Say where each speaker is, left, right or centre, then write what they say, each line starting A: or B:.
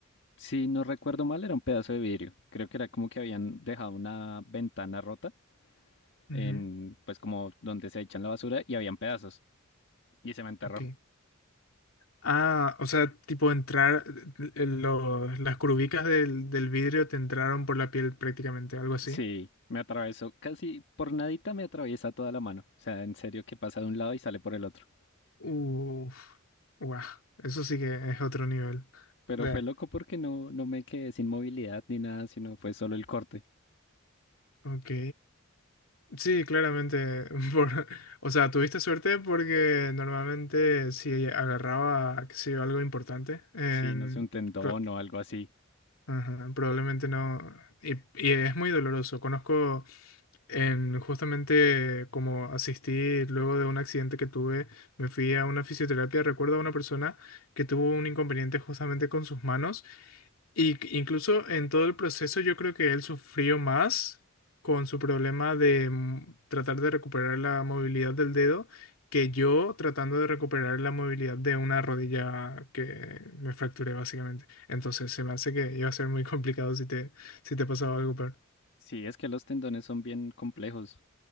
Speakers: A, on the left; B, on the left.
A: Si no recuerdo mal, era un pedazo de vidrio. Creo que era como que habían dejado una ventana rota
B: Ujú,
A: en, pues como donde se echan la basura y habían pedazos y se me enterró.
B: Ok. Ah, o sea, tipo entrar, eh, los- las curvicas del, del vidrio te entraron por la piel prácticamente, algo así.
A: Sí, me atravesó, casi por nadita me atraviesa toda la mano. O sea, en serio que pasa de un lado y sale por el otro.
B: Uf, guau, eso sí que es otro nivel.
A: Pero
B: De,
A: fue loco porque no, no me quedé sin movilidad ni nada, sino fue solo el corte.
B: ok. Sí, claramente. <laughs> Por, o sea, tuviste suerte porque normalmente si agarraba, qué sé yo, algo importante, en,
A: Sí, no sé, un tendón
B: pro-
A: o algo así.
B: ajá, probablemente no. Y, y es muy doloroso. Conozco en justamente como asistí luego de un accidente que tuve, me fui a una fisioterapia. Recuerdo a una persona que tuvo un inconveniente justamente con sus manos. Y incluso en todo el proceso yo creo que él sufrió más con su problema de mm, tratar de recuperar la movilidad del dedo que yo tratando de recuperar la movilidad de una rodilla que me fracturé básicamente. Entonces se me hace que iba a ser muy <laughs> complicado si te, si te pasaba algo peor.
A: Sí, es que los tendones son bien complejos.